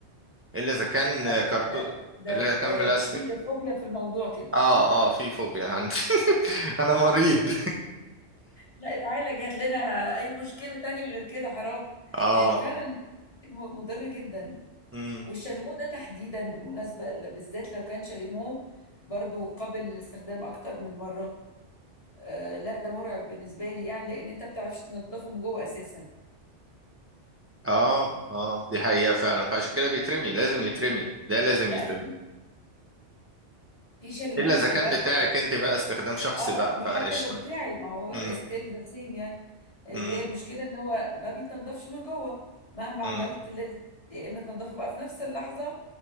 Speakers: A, on the right; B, on the left.
A: الا اذا كان
B: <laughs>
A: كرتون
B: ده ده
A: الا
B: في
A: اذا كان
B: آه،
A: بلاستيك
B: في فوبيا في الموضوع كده
A: اه اه في فوبيا عندي <laughs> انا مريض
B: لا اتعالج هات لنا اي مشكله تانية غير كده حرام
A: اه
B: لان فعلا م- مضر جدا
A: امم
B: والشاليمو ده تحديدا بالمناسبه ل- بالذات لو كان شاليمو برضو قابل للاستخدام اكتر من مره آه لا ده مرعب بالنسبه لي يعني لان انت بتعرفش تنضفه من جوه اساسا
A: اه اه دي حقيقة فعلا فعشان كده بيترمي لازم يترمي ده لازم
B: لا
A: يترمي
B: في في شاليموز
A: الا اذا
B: دلوقتي
A: كان بتاعك انت بقى استخدام شخصي
B: اه
A: بقى
B: حتى
A: فقشطة
B: لو بتاعي ما هو
A: امم
B: ستيل ذا سيم يعني اللي
A: امم
B: هي المشكله ان هو ما بيتنضفش من جوه مهما
A: امم
B: عملت لازم يا اما تنضفه بقى في نفس اللحظه